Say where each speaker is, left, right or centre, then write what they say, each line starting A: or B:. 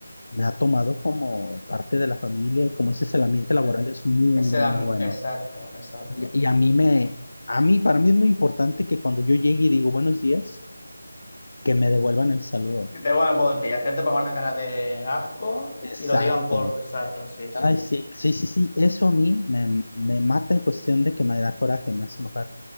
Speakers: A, on the left; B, on the left.
A: me ha tomado como parte de la familia y como dices, el ambiente laboral
B: sí.
A: es muy,
B: Ese
A: muy
B: era-
A: bueno.
B: Exacto, exacto.
A: Y, y a mí me, a mí, para mí es muy importante que cuando yo llegue y digo buenos días, que me devuelvan el saludo.
B: Que te pongan voltillas, que no te pongan una cara de asco
A: Exacto.
B: y lo digan por exacto, sí, sí.
A: Ay, sí, sí, sí, sí. Eso a mí me, me mata en cuestión de que me da coraje, me hace enojar.